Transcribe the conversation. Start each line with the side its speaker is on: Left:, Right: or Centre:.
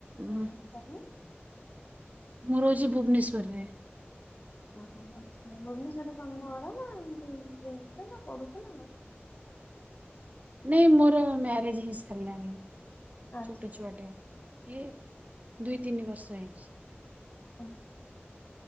Left: ହଁ
Right: ଉୁଁହୁଁ।
Left: <unintelligible>
Right: ମୁଁ ରହୁଚି ଭୁବନେଶ୍ୱର ରେ।
Left: ଓହୋ ଆଚ୍ଛା ଭୁବନେଶ୍ବରରେ କଣ ଘର ନା ଏମିତି ରହୁଚ ନା ପଢୁଚ ନା କଁ?
Right: ନେଇଁ ମୋର ମ୍ୟାରେଜ୍ ହେଇ ସାରିଲାଣି
Left: ଆଚ୍ଛା
Right: ଛୋଟ
Left: ଆଚ୍ଛା
Right: ଛୁଆଟେ। ହେ ଏ ଦୁଇ, ତିନି ବର୍ଷ ହେଇଚି।
Left: ଓ।